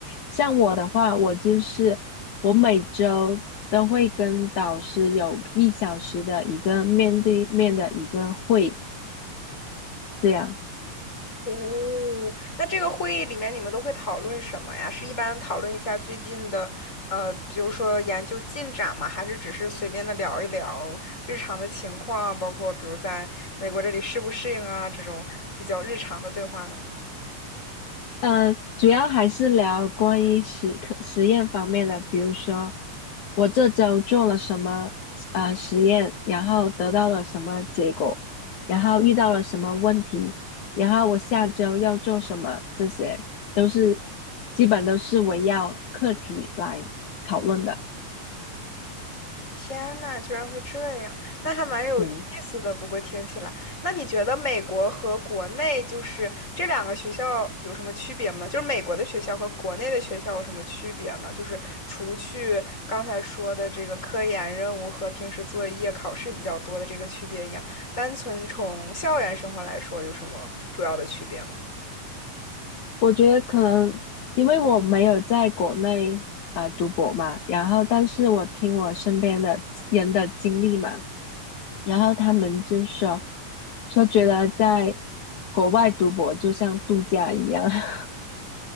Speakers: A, on the left; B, on the left.
A: 像我的话，我就是我每周都会跟导师有一小时的一个面对面的一个会，这样。
B: 哦，那这个会议里面你们都会讨论什么呀？是一般讨论一下最近的，呃，比如说研究进展吗？还是只是随便的聊一聊日常的情况，包括比如在美国这里适不适应啊，这种比较日常的对话呢？
A: 呃，主要还是聊关于实可实验方面的，比如说我这周做了什么呃实验，然后得到了什么结果，然后遇到了什么问题，然后我下周要做什么，这些都是基本都是围绕课题来讨论的。
B: 天呐，居然会这样，那还蛮有意思的。
A: 嗯，
B: 不过听起来，那你觉得美国和国内就是这两个学校有什么区别吗？就是美国的学校和国内的学校有什么区别呢？就是除去刚才说的这个科研任务和平时作业、考试比较多的这个区别一样，单纯从校园生活来说，有什么主要的区别吗？
A: 我觉得可能因为我没有在国内啊、呃读博嘛，然后但是我听我身边的人的经历嘛。然后他们就说说觉得在国外读博就像度假一样，<laughs>